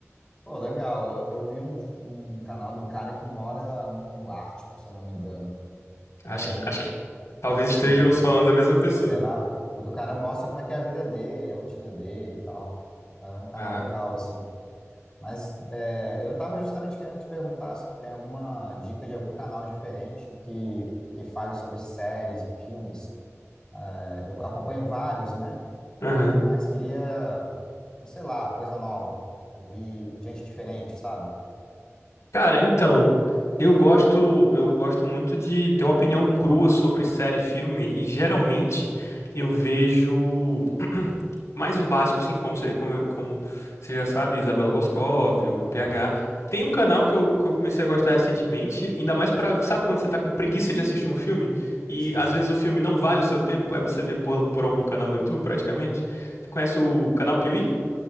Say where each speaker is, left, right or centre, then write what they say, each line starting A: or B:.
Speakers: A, on the left; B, on the left.
A: Pô, legal. Eu, eu vi um, um canal de um cara que mora no Ártico, se eu não me engano.
B: Acho
A: É, ele
B: que, acho que talvez
A: partilha,
B: estejamos
A: assim.
B: falando da mesma pessoa.
A: Será? Porque o cara mostra como é que é a vida dele, a rotina dele e tal. É um canal
B: Ah.
A: legal, assim. Mas é, eu tava justamente querendo te perguntar se tu tem alguma dica de algum canal diferente que, que fale sobre séries e filmes. É, eu acompanho vários, né?
B: Aham.
A: Mas queria, sei lá, coisa nova. Ouvir gente diferente, sabe?
B: Cara, então. Eu gosto, eu gosto muito de ter uma opinião crua sobre série e filme, e geralmente eu vejo <clears throat> mais o básico, assim, como você, como, como você já sabe, Isabela Boscov, o
A: Aham,
B: PH. Tem um canal que eu, que eu comecei a gostar recentemente, ainda mais pra, sabe quando você tá com preguiça de assistir um filme? E
A: Sim.
B: às vezes o filme não vale o seu tempo, aí você vê por, por algum canal no YouTube, praticamente. Você conhece o canal Piuí?